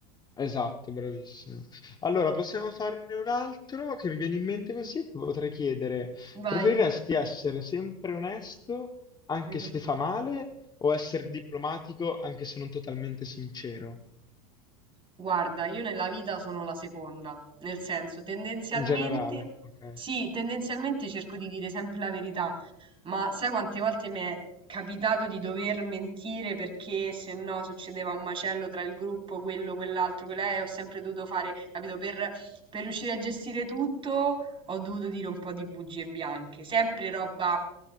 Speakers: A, on the left; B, on the right.
A: esatto, bravissimo. Allora, possiamo farne un altro che mi viene in mente così, ti potrei chiedere,
B: Vai.
A: preferiresti essere sempre onesto anche
B: Mm.
A: se fa male o essere diplomatico anche se non totalmente sincero?
B: Guarda, io nella vita sono la seconda, nel senso, tendenzialmente,
A: In generale, ok,
B: sì, tendenzialmente cerco di dire sempre la verità, ma sai quante volte mi è capitato di dover mentire perché se no succedeva un macello tra il gruppo, quello, quell'altro, quella, e ho sempre dovuto fare, capito, per, per riuscire a gestire tutto, ho dovuto dire un po' di bugie bianche, sempre roba